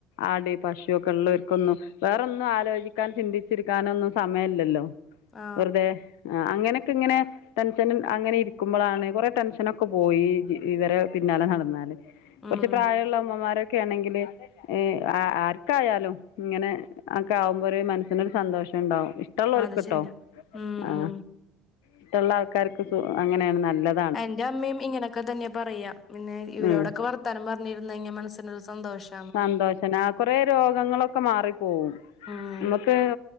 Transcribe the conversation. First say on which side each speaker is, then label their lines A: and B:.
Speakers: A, on the left; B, on the left.
A: ആട് പശുവൊക്കോള്ളോർക്കൊന്നും വേറൊന്നും ആലോചിക്കാൻ ചിന്തിച്ചിരിക്കാനൊന്നും സമയല്ലല്ലോ
B: ആ
A: വെറുതെ ആ അങ്ങനെയൊക്കെങ്ങനെ ടെൻഷൻ അങ്ങനെ ഇരിക്കുമ്പോഴാണ് കൊറെ ടെൻഷനൊക്കെ പോയി ഇവരെ പിന്നാലെ നടന്നാല്
B: ഉം
A: ഈ പ്രായമുള്ള അമ്മമാരൊക്കെണെങ്കില് ഏ ആർക്കായാലും ഇങ്ങനെ ക്കെ ആകുമ്പോ ഒരു മനസ്സിനൊരു സന്തോഷണ്ടാവും ഇഷ്ടള്ളോൽക്ക്
B: അത് ശരിയാ
A: ട്ടോ
B: ഉം
A: ആ
B: ഉം
A: ഇഷ്ടള്ളാ ൾക്കാർക്ക് സു അങ്ങനെയാണ് നല്ലത്
B: എന്റെ അമ്മേം ഇങ്ങനെയൊക്കെ തന്നെ പറയാ പിന്നെ ഇവരോടൊക്കെ
A: ഉം
B: വർ ത്താനം പറഞ്ഞിരുന്നയ്ഞ്ഞാ മനസ്സിനൊരു സന്തോഷം
A: സന്തോഷന്നെ ആ കുറേ രോഗങ്ങളൊക്കെ മാറിപ്പോവും
B: ഉം
A: മക്ക്